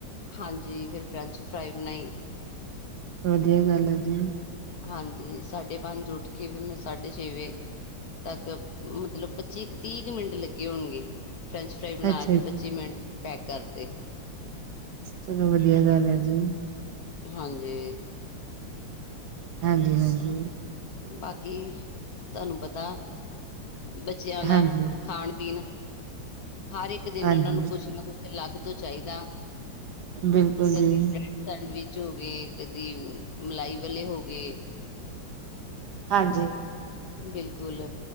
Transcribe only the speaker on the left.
ਹਾਂਜੀ ਫਿਰ ਫਰੈਂਚ ਫਰਾਈ ਬਣਾਈ
ਹਾਂਜੀ ਸਾਢੇ ਪੰਜ ਉੱਠ ਕੇ ਫਿਰ ਮੈਂ ਸਾਢੇ ਛੇ ਵਜੇ ਤੱਕ ਮਤਲਬ ਪੱਚੀ ਤੀਹ ਕੁ ਮਿੰਟ ਲੱਗੇ ਹੋਣਗੇ ਫਰੈੰਚ ਫਰਾਈ ਬਣਾ
ਕੇ ਪੰਚੀ ਮਿੰਟ ਚ ਪੈਕ ਕਰਤੇ।
ਹਾਂਜੀ।
ਬਾਕੀ ਤਹਾਨੂੰ ਪਤਾ ਬੱਚਿਆਂ ਦਾ
ਖਾਣ ਪੀਣ ਹਰ ਇੱਕ ਦਿਨ
ਉਹਨਾਂ ਨੂੰ ਕੁਛ ਨਾ ਕੁਛ ਅਲੱਗ ਤੋ ਚਾਹੀਦਾ
ਕਦੀ ਬ੍ਰੈਡ ਸੈਂਡਵਿਚ ਹੋ ਗਏ ਕਦੀ ਮਲਾਈ ਵਾਲੇ ਹੋ ਗਏ
ਬਿਲਕੁਲ